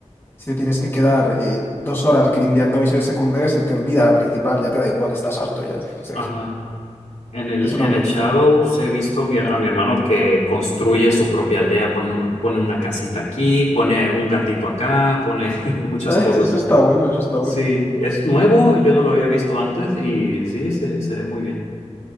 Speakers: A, on the left; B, on the left.
A: si te tienes que quedar eh, dos horas grindeando misiones secundarias, se te olvida la principal, ya te da igual, estás harto ya. <laughs> O sea
B: ajá.
A: que
B: En el,
A: eso
B: en
A: no me
B: el
A: gusta.
B: Shadows he visto mi- a mi hermano que construye su propia aldea, pone, un- pone una casita aquí, pone un gatito acá, pone <laughs> muchas
A: Ah,
B: cosas.
A: <laughs> Eso está bueno, eso está bueno.
B: Sí, es nuevo, yo no lo había visto antes y sí, se, se ve muy bien.